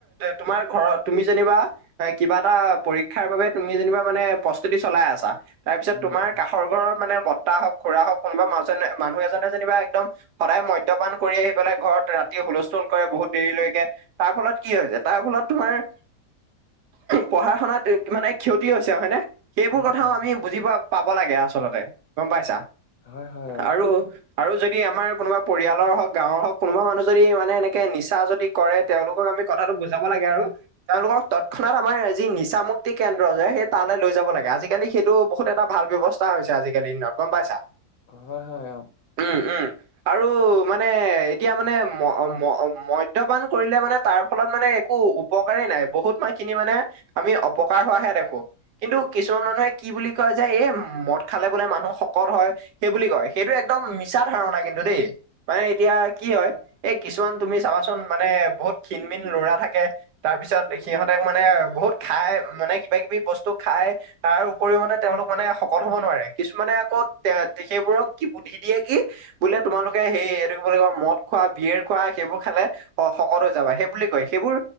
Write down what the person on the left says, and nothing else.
উম
উম
উম
উম
হয়, হয়। অ
হয় হয় অ